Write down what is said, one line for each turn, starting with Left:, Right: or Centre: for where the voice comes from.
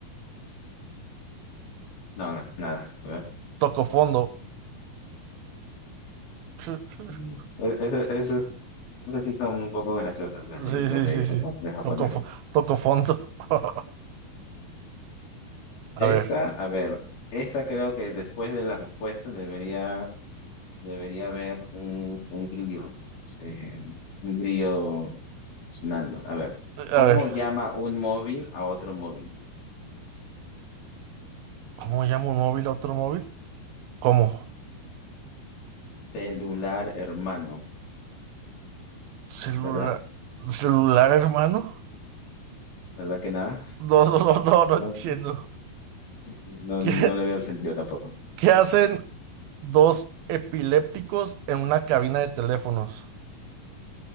Left: No, no, nada, a ver.
Right: Toco fondo. <laughs>
Left: Mm. E- Eso, eso Esas sí son un poco graciosas las de,
Right: Sí,
Left: las
Right: sí,
Left: de,
Right: sí, sí.
Left: japo- de japoneses.
Right: Toco, fo- toco fondo. <laughs> A
Left: Esta,
Right: ver,
Left: a ver, esta creo que después de la respuesta debería, debería haber un, un grillo, eh, un grillo sonando. A ver,
Right: a
Left: ¿cómo
Right: ver.
Left: llama un móvil a otro móvil?
Right: ¿Cómo llamo un móvil a otro móvil? ¿Cómo?
Left: Celular hermano,
Right: ¿Celular?
Left: ¿verdad?
Right: ¿Celular, hermano?
Left: ¿Verdad que nada?
Right: No, <laughs> no, no, no, no
Left: No,
Right: entiendo.
Left: no,
Right: ¿Qué,
Left: no le veo el sentido tampoco.
Right: qué hacen dos epilépticos en una cabina de teléfonos?